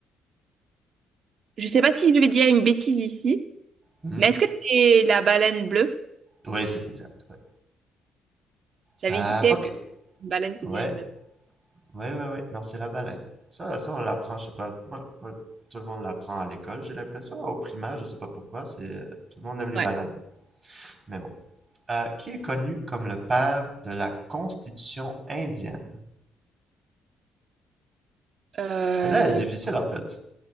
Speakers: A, on the right; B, on the right.
A: Je sais pas si je vais dire une bêtise ici,
B: Hmm.
A: mais est-ce que c'est la baleine bleue?
B: Oui, c'est exact. ouais.
A: J'avais
B: Ah,
A: hésité.
B: ok.
A: Une baleine, c'est
B: Ouais,
A: bien une.
B: ouais, ouais, ouais. Non, c'est la baleine. Ça, ça, on l'apprend, je sais pas. Moi, moi, tout le monde l'apprend à l'école, j'ai l'impression. Au primaire, je sais pas pourquoi. C'est euh, tout le monde aime les
A: Ouais.
B: baleines. Mais bon. Euh, qui est connu comme le père de la Constitution indienne?
A: Euh,
B: Celle-là est difficile en fait.